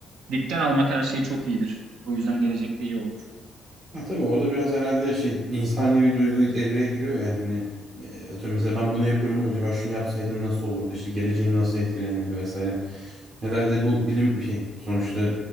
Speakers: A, on the right (about 85°); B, on the right (about 45°).
A: Dipten almak her şey çok iyidir. O yüzden gelecekte iyi olur.
B: Ha, tabii orada biraz herhalde şey insani bir duygu devreye giriyor ya hani e, atıyorum mesela ben bunu yapıyorum ama acaba şunu yapsaydım nasıl olurdu işte geleceğim nasıl etkilenirdi vesaire. Herhalde bu bilim bir şey sonuçta